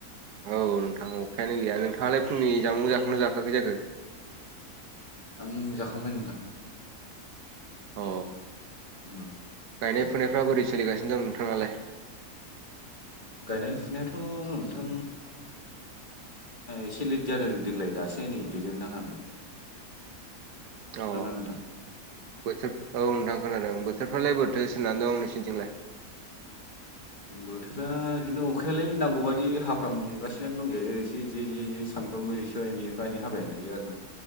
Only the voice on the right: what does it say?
औ नोंथां अखायानो गैया नोंथाङालाय फुंनि जामुं जाखांबाय ना जाखांयाखै जाखो
अ
गायनाय
फुनायफ्रा बोरै सोलिगासिनो दं नोंथानालाय?
औ
बोथोर औ नोंथां खोनादों बोथोरफ्रालाय बोथोर <unintelligible> दं नोंसनिथिंलाय